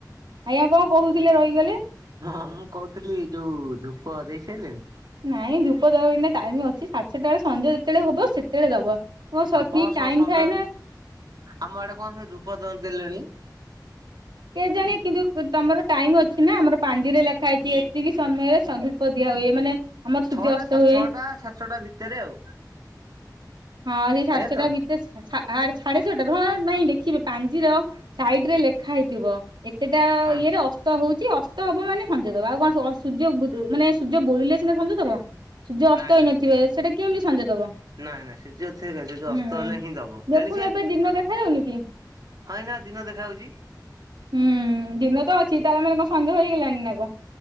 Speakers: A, on the right; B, on the right.
A: ଆଜ୍ଞା କଣ କହୁଥିଲେ ରହିଗଲେ।
B: ହଁ ମୁଁ କହୁଥିଲି ଯୋଉ ଧୂପ ଦେଇ ସାରିଲଣି?
A: ନାଇଁ ଧୂପ ଦବାକୁ ଏଇନା ଟାଇମ ଅଛି ସାଢେ ଛ ଟା ବେଳେ ସଞ୍ଜ ଯେତେବେଳେ ହବ ସେତେବେଳେ ଦବ। ହଁ
B: ଆପଣ
A: ଠିକ
B: କଣ ସ
A: ଟାଇମ
B: ସଞ୍ଜ
A: ଥାଏ ନା
B: ଆମ ଆଡେ କଣ ସେ ଧୂପ ଦ ଦେଲେଣି।
A: କେଜାଣି କିନ୍ତୁ ତମର ଟାଇମ ଅଛି ନା ଆମର ପାଞ୍ଜିରେ ଲେଖା ହେଇଚି ଏତିକି ସମୟରେ ସଧୁପ ଦିଆ ହୁଏ ମାନେ ଆମର ସୂର୍ଯ୍ୟ
B: ଛଅଟା
A: ଅସ୍ତ
B: ସାତ
A: ହୁଏ।
B: ଛଅଟା ସାଢେ ଛଟା ଭିତରେ ଆଉ।
A: ହଁ ସେଇ ସାଢେ
B: ଏଇଆ
A: ଛଅଟା
B: ତ?
A: ଭିତରେ ଆ ସାଢେ ଛଅଟାରୁ ହଁ ନାଇଁ ଦେଖିବେ ପାଞ୍ଜିର ସାଇଟ ରେ ଲେଖା ହେଇଥିବ ଏତେଟା
B: ହଁ।
A: ଇଏରେ ଅସ୍ତ ହଉଚି ଅସ୍ତ ତ ହବ ମାନେ ସଞ୍ଚଦବ ଆଉ କଣ ସୂର୍ଯ୍ୟ ମାନେ ସୂର୍ଯ୍ୟ ବୋରିଲେ ସିନା ସଞ୍ଚଦବ। ସୂର୍ଯ୍ୟ ଅସ୍ତ
B: ନାଇଁ ନାଇଁ
A: ହେଇନଥିବେ
B: ନାଇଁ
A: ସେଟା କେମିତି ସଞ୍ଜ ଦବ।
B: ନାଇଁ ନାଇଁ ସେ ଯଅ ଥିକ ନାହି, ଅସ୍ତ
A: ହୁଁ
B: ହେଲେ ହିଁ ଦବ
A: ଦେଖୁନୁ
B: ତେଣୁ ସେ
A: ଏବେ ଦିନ ଦେଖା ଯାଉନି କି
B: ହଁ ଏଇନା ଦିନ ଦେଖା ଯାଉଛି।
A: ହୁଁ ଦିନ ତ ଅଛି ତାହେଲେ ମାନେ କଣ ସଞ୍ଜ ହେଇଗଲାଣି ନା କ?